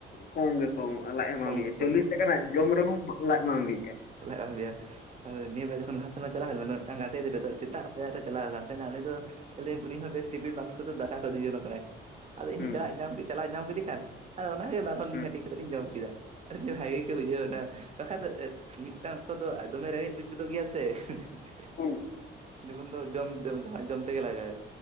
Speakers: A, on the left (about 50°); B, on the right (about 35°).
A: ᱠᱚᱢ ᱜᱮ ᱠᱚ ᱮᱢᱚᱜ-ᱟ ᱞᱟᱡ ᱦᱚᱸ ᱵᱟᱝ
B: ᱠᱚᱢ
A: ᱵᱤᱜᱼᱟ
B: ᱜᱮ ᱠᱚᱢᱚᱜ
A: ᱪᱚᱞᱞᱤᱥ ᱴᱟᱠᱟ ᱨᱮᱱᱟᱜ ᱡᱚᱢ ᱨᱮ ᱦᱚᱸ ᱞᱟᱡ ᱵᱟᱝ ᱵᱤᱜᱼᱟ ᱾
B: ᱛᱟᱦᱚᱞᱮ <unintelligible> ᱟᱫᱚ ᱱᱤᱭᱟᱹ ᱵᱟᱨ ᱡᱚᱠᱷᱚᱱ ᱞᱟᱦᱟ ᱥᱮᱨᱢᱟ ᱪᱟᱞᱟᱣ ᱦᱳᱭ ᱞᱮᱱᱟ ᱢᱤᱫ ᱴᱟᱱ ᱜᱟᱛᱮ ᱜᱤᱫᱽᱨᱟᱹ ᱫᱚ ᱥᱮᱛᱟᱜ ᱯᱟᱭᱨᱟ ᱨᱮ ᱪᱟᱞᱟᱣ ᱛᱟᱦᱮᱸ ᱛᱟᱦᱮᱱᱟ ᱩᱱᱤ ᱫᱚ ᱟᱹᱞᱤᱧ ᱩᱱᱤ ᱦᱚᱸ ᱵᱮᱥ ᱴᱤᱯᱷᱤᱱ ᱵᱟᱠᱥᱚ ᱛᱮ ᱫᱟᱠᱟ ᱠᱚ ᱤᱫᱤ ᱡᱚᱱᱚᱜ ᱠᱟᱱᱟᱭ ᱾ ᱟᱫᱚ ᱤᱧ
A: ᱦᱩᱸ
B: ᱦᱚᱸ ᱪᱟᱞᱟᱜ ᱮ ᱧᱟᱢ ᱪᱟᱞᱟᱣ ᱧᱟᱢ ᱠᱮᱫᱮ ᱠᱷᱟᱱ ᱟᱫᱚ ᱚᱱᱟᱜᱮ ᱵᱟᱨ ᱦᱚᱲ
A: ᱦᱩᱸ
B: ᱞᱤᱧ ᱦᱟᱹᱴᱤᱧ ᱠᱟᱛᱮ ᱞᱤᱧ ᱡᱚᱢ ᱠᱮᱫᱟ ᱾ ᱟᱨ ᱵᱷᱟᱜᱮ ᱜᱮ ᱵᱩᱡᱟᱹᱣ ᱮᱱᱟ ᱵᱟᱠᱷᱟᱱ ᱫᱚ ᱢᱤᱫ ᱴᱟᱝ ᱚᱠᱛᱚ ᱫᱚ ᱮ ᱫᱚᱢᱮ ᱨᱮᱸᱜᱮᱡ ᱵᱩᱡᱽ ᱜᱚᱫᱚᱜ ᱜᱮᱭᱟ ᱥᱮ ᱾
A: ᱦᱩᱸ
B: ᱡᱮᱢᱚᱱ ᱫᱚ ᱡᱚᱢ ᱛᱮ ᱡᱟᱦᱟᱸ ᱡᱚᱢ ᱛᱮᱜᱮ ᱞᱟᱜᱟᱜ-ᱟ